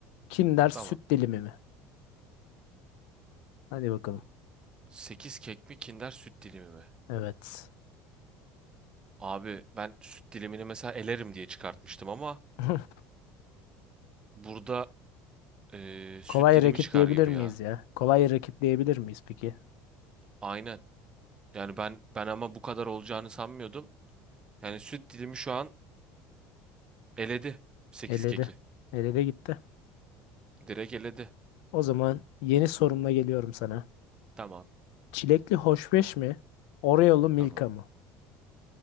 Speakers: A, on the left (about 80°); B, on the right (about 15°).
A: Kinder süt
B: Tamam.
A: dilimi mi? Hadi bakalım.
B: 8 kek mi Kinder süt dilimi mi?
A: Evet.
B: Abi ben süt dilimini mesela elerim diye çıkartmıştım ama
A: <laughs>
B: burada eee, süt
A: Kolay
B: dilimi
A: rakip
B: çıkar
A: diyebilir
B: gibi
A: miyiz
B: ya.
A: ya? Kolay rakip diyebilir miyiz peki?
B: Aynen. Yani ben ben ama bu kadar olacağını sanmıyordum. Yani süt dilimi şu an Eledi. 8
A: Eledi.
B: keki.
A: Eledi gitti.
B: Direkt eledi.
A: O zaman yeni sorumla geliyorum sana.
B: Tamam.
A: Çilekli hoşbeş mi? Oreo'lu Milka
B: Tamam.
A: mı?